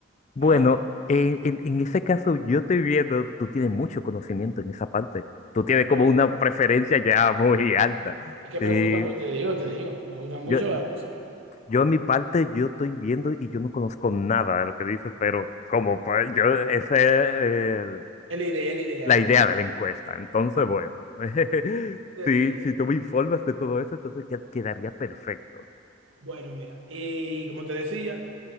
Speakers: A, on the left; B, on the right.
A: Bueno,
B: Ajá.
A: en, en- en ese caso yo estoy viendo, tú tienes mucho conocimiento en esa parte. Tú tienes como
B: Me
A: una
B: gusta.
A: preferencia ya <laughs> muy alta.
B: Es que
A: Y
B: me gusta mucho, te digo, te digo, me gusta mucho
A: yo,
B: la música.
A: yo en mi parte, yo estoy viendo y yo no conozco nada de lo que dices, pero como pues, yo, ese,
B: Es la idea, es la idea,
A: la
B: es la
A: idea
B: idea.
A: de la encuesta. Entonces, bueno, <laughs>
B: Te
A: sí
B: digo.
A: si tú me informas de todo eso, entonces que quedaría perfecto.
B: Bueno, mira, y como te decía,